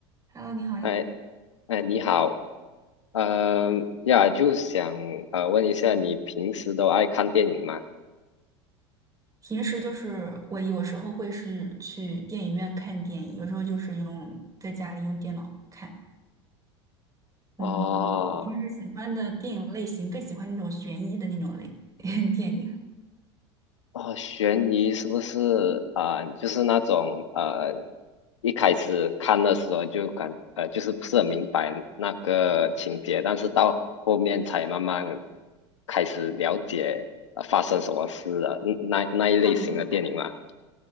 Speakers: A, on the right; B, on the left.
A: Hello，你好呀。
B: 哎哎，你好，呃呀，就想呃问一下，你平时都爱看电影吗？
A: 平时就是我有时候会是去电影院看电影，有时候就是用在家里用电脑看。
B: 哦
A: 嗯，我平时喜欢的电影类型更喜欢那种悬疑的那种类 <laughs> 电影，
B: 哦，悬疑是不是啊、呃就是那种呃，一开始看的时候就感呃，就是不是很明白那个情节，但是到后面才慢慢开始了解呃发生什么事了，嗯那那一类型的电影嘛。
A: 差不多吧。